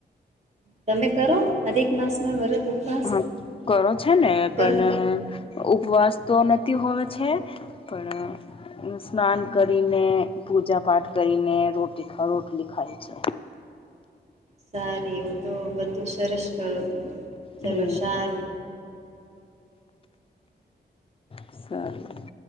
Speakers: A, on the right; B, on the left.
A: તમે કરો અધિક માસમાં વરત ઉપવાસ
B: હા કરો છે ને
A: કરો?
B: પણ ઉપવાસ તો નથી હોવે છે પણ સ્નાન કરીને પૂજા પાઠ કરીને રો રોટલી ખાય છે
A: સાર એવું તો બધું સરસ કરો તું ચલો
B: હમ
A: સારું
B: સારું